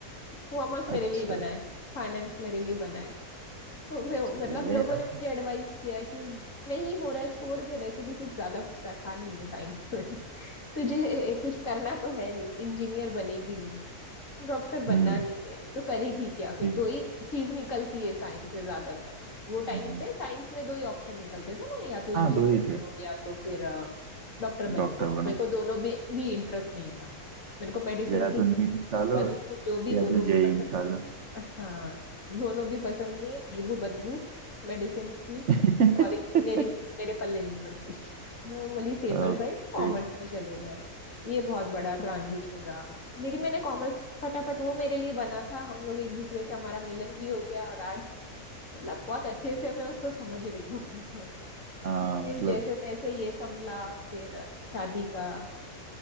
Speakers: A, on the left; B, on the right.
A: कॉमर्स
B: अच्छा
A: मेरे लिए बना है फाइनेंस मेरे लिए बना है तो मैं
B: सही
A: मतलब लोगों
B: है यार
A: ने मुझे एडवाइस किया कि नहीं हो रहा है छोड़ दे वैसे भी कुछ ज्यादा कुछ रखा नहीं है साइंस में <laughs> तुझे ए, कुछ करना तो है नहीं इंजीनियर बनेगी नहीं डॉक्टर बनना
B: हम्म
A: नहीं है तो करेगी क्या फिर
B: हम्म,
A: दो ही चीज निकलती है साइंस से ज्यादातर वो
B: हम्म।
A: टाइम पे साइंस में दो ही ऑप्शन निकलते थे ना या तो इंजीनियर
B: हाँ दो ही
A: बनो
B: थे
A: या तो फिर डॉक्टर बन
B: डॉक्टर
A: जाओ
B: बनो
A: मेरे को दोनों भी भी इंटरेस्ट नहीं था मेरे को मेडिसिन
B: या
A: की
B: तो नीट निकालो
A: बदबू जो भी
B: या
A: बोलो
B: तो
A: वो
B: जेई
A: पसंद
B: निकालो
A: हाँ दोनों भी पसंद नहीं है खुशबू बदबू मेडिसिन की
B: <laughs>
A: और इंजीनियरिंग मेरे पल्ले नहीं पड़ती नॉर्मली सेफर
B: ओके
A: साइड कॉमर्स में चले जाओ ये बहुत बड़ा ट्रांजिशन रहा लेकिन मैंने कॉमर्स फटाफट वो मेरे लिए बना था हम लोग एक दूसरे से हमारा मिलन भी हो गया और आज मतलब बहुत अच्छे से मैं उसको समझ रही हूँ <laughs>
B: हाँ
A: फिर
B: मतलब
A: जैसे तैसे ये संभला फिर शादी का